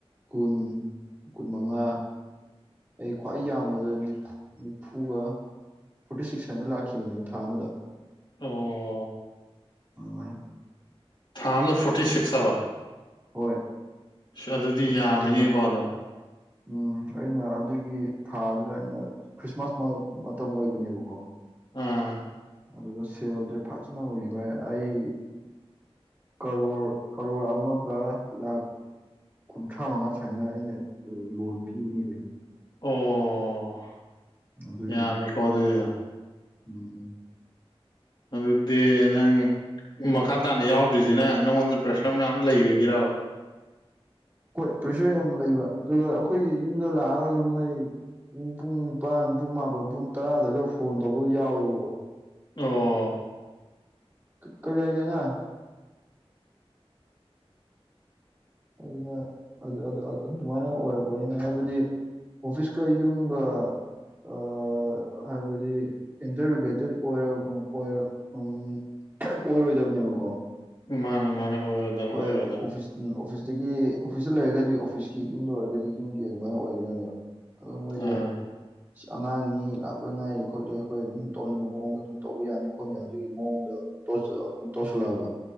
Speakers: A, on the right; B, on the left.
A: ꯀꯨꯟ ꯀꯨꯟ ꯃꯉꯥ ꯑꯩ ꯈ꯭ꯋꯥꯏ ꯌꯥꯝꯕꯗ ꯅꯤꯐꯨꯒ ꯐꯣꯔꯇꯤ ꯁꯤꯛꯁ ꯁꯥꯏꯅ ꯂꯥꯛꯈꯤꯕꯅꯦ ꯊꯥ ꯑꯃꯗ
B: ꯑꯣ
A: ꯑꯗꯨꯃꯥꯏꯅ
B: ꯊꯥ ꯑꯝꯗ ꯐꯣꯔꯇꯤ ꯁꯤꯛꯁ ꯍꯥꯏꯕ
A: ꯍꯣꯏ
B: ꯑꯁ ꯑꯗꯨꯗꯤ
A: ꯐꯣꯔꯇꯤ
B: ꯌꯥꯝꯃꯤꯅꯦꯀꯣ
A: ꯁꯤꯛꯁ ꯈꯦ
B: ꯑꯗꯨꯝ
A: ꯎꯝ ꯑꯩꯅ ꯑꯗꯨꯒꯤ ꯊꯥꯗꯨꯗ ꯑꯩꯅ ꯈ꯭ꯔꯤꯁꯃꯥꯁ ꯃꯇꯝ ꯑꯣꯏꯕꯅꯦꯕꯀꯣ
B: ꯑꯥ
A: ꯑꯗꯨꯗ ꯁꯦꯜꯁꯦ ꯐꯖꯅ ꯑꯣꯏꯔꯤꯕ ꯑꯩ ꯀꯥꯔꯣꯔ ꯀꯔꯣꯔ ꯑꯃꯒ ꯂꯥꯛ ꯀꯨꯟꯊ꯭ꯔꯥ ꯃꯉꯥ ꯁꯨꯃꯥꯏꯅ ꯑꯩꯅ ꯂꯣꯟ ꯄꯤꯕꯅꯤꯅꯦ ꯀꯩꯅꯣ
B: ꯑꯣ
A: ꯑꯗꯨꯒꯤ
B: ꯌꯥꯝꯃꯦꯀꯣ ꯑꯗꯨꯗꯤꯗꯨꯞ
A: ꯎꯝ
B: ꯑꯗꯨꯗꯤ ꯅꯪ ꯃꯈꯥ ꯇꯥꯅ ꯌꯥꯎꯗ꯭ꯔꯤꯁꯤꯅ ꯅꯉꯣꯟꯗ ꯄ꯭ꯔꯦꯁꯔ ꯃꯌꯥꯝ ꯂꯩꯕꯒꯤꯔꯥ
A: ꯍꯣꯏ ꯄ꯭ꯔꯦꯁꯔ ꯌꯥꯝ ꯂꯩꯕ ꯑꯗꯨꯒ ꯑꯩꯈꯣꯏꯒꯤ ꯌꯨꯝꯗ ꯂꯥꯛꯑꯒꯁꯨ ꯃꯣꯏ ꯄꯨꯡ ꯅꯤꯄꯥꯟ ꯄꯨꯡ ꯃꯥꯄꯟ ꯄꯨꯡ ꯇꯔꯥꯗꯒ ꯐꯣꯟ ꯇꯧꯕꯒ ꯌꯥꯎꯑꯦꯕꯀꯣ
B: ꯑꯣ
A: ꯑ ꯀꯩꯂꯩꯒꯦ ꯑꯉꯥꯡ ꯑꯗꯨꯅ ꯑ ꯑ ꯑꯗꯨꯃꯥꯏꯅ ꯑꯣꯏꯔꯛꯄꯅꯤꯅ ꯍꯥꯏꯕꯗꯤ ꯑꯣꯐꯤꯁꯀ ꯌꯨꯝꯒ ꯑ ꯍꯥꯏꯕꯗꯤ ꯏꯟꯇꯔ ꯔꯤꯂꯦꯇꯦꯠ ꯑꯣꯏꯔ ꯑꯣꯏꯔ ꯎꯝ ꯑꯣꯏꯔꯣꯏꯗꯕꯅꯦꯕꯀꯣ
B: ꯃꯥꯅꯦ ꯃꯥꯅꯦ ꯑꯣꯏꯔꯣꯏꯗꯕ
A: ꯈꯣꯏ
B: ꯑꯣꯏꯔꯣꯏꯗꯕ
A: ꯑꯣꯐꯤꯁ ꯎꯝ ꯑꯣꯐꯤꯁꯇꯒꯤ ꯑꯣꯐꯤꯁꯇ ꯂꯩꯔꯒꯗꯤ ꯑꯣꯐꯤꯁꯀꯤ ꯌꯨꯝꯗ ꯑꯣꯏꯔꯒꯗꯤ ꯌꯨꯝꯒꯤ ꯑꯗꯨꯃꯥꯏꯅ ꯑꯣꯏꯒꯗꯕꯅꯦꯕ ꯑꯗꯨ ꯃꯣꯏꯁꯦ
B: ꯑꯥ
A: ꯑꯉꯥꯡꯅꯤ ꯂꯥꯛꯄꯗ ꯉꯥꯏꯔꯤ ꯈꯣꯠꯂꯤ ꯑꯩꯈꯣꯏ ꯑꯗꯨꯝ ꯇꯧꯅꯤꯡꯕ ꯃꯑꯣꯡꯗ ꯑꯗꯨꯝ ꯇꯧꯕ ꯌꯥꯅꯤ ꯈꯣꯠꯅꯤ ꯑꯗꯨꯒꯤ ꯃꯑꯣꯡꯗ ꯇꯣꯔꯆꯔ ꯑꯗꯨꯝ ꯇꯧꯁꯜꯂꯛꯑꯕ